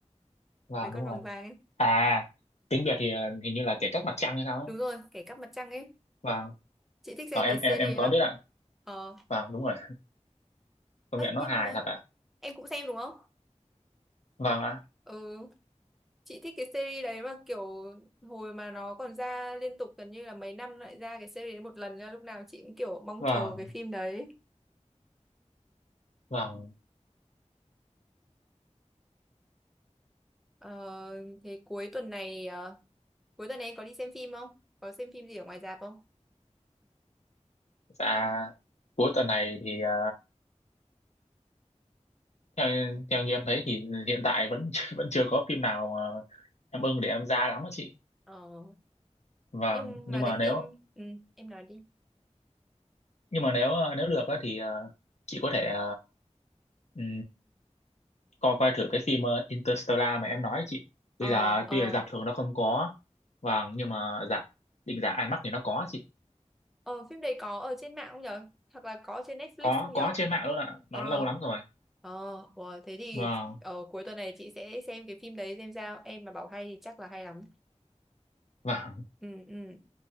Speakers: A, in the centre; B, on the left (about 65°).
A: <laughs>
B: Vàng
A: mấy con
B: đúng
A: vàng
B: rồi.
A: vàng ấy.
B: À tiếng Việt thì ờ, hình như là kẻ cắp mặt trăng hay sao ấy.
A: Đúng rồi, kẻ cắp mặt trăng ấy.
B: Vàng.
A: Chị thích xem
B: Vâng em
A: cái series
B: em em
A: ấy
B: có
A: lắm.
B: biết ạ.
A: Ờ,
B: Vàng đúng rồi. Công
A: ấy
B: nhận nó
A: nhưng
B: hài
A: mà
B: thật ạ.
A: em cũng xem đúng không?
B: Vâng ạ.
A: Ừ, chị thích cái series đấy mà kiểu hồi mà nó còn ra liên tục gần như là mấy năm lại ra cái series đấy một lần nên là lúc nào chị cũng kiểu mong
B: Vâng,
A: chờ cái phim đấy.
B: vâng.
A: Ờ, thế cuối tuần này ờ, cuối tuần này em có đi xem phim không? Có xem phim gì ở ngoài rạp không?
B: Dạ cuối tuần này thì ờ, theo theo như em thấy thì hiện tại vẫn <laughs> chưa- vẫn chưa có phim nào mà em ưng để em ra lắm á chị.
A: Ờ,
B: Vâng,
A: nhưng
B: nhưng
A: mà
B: mà
A: cái
B: nếu
A: phim ừ, em nói đi.
B: nhưng mà nếu ờ, nếu được á thì ờ, chị có thể ờ, coi coi thử cái phim ờ, Interstellar mà em nói ấy chị
A: Ờ
B: bây giờ
A: ờ
B: tuy là rạp thường nó không có vâng nhưng mà rạp định dạng IMAX thì nó có chị
A: ờ phim đấy có ở trên mạng không nhở? Hoặc là có trên Netflix
B: có
A: không nhở?
B: có trên mạng luôn ạ
A: Ờ
B: nó lâu lắm rồi
A: ờ wow, thế thì
B: vâng
A: ờ, cuối tuần này chị sẽ xem cái phim đấy xem sao. Em mà bảo hay thì chắc là hay lắm.
B: vâng
A: Ừ ừ.